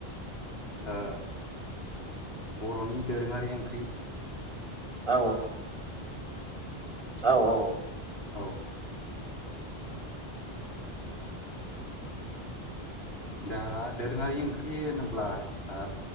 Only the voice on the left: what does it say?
ओ बर'नि दोरोङारि ओंख्रि
औ दा दोरोङारि ओंख्रि होनोब्ला ओ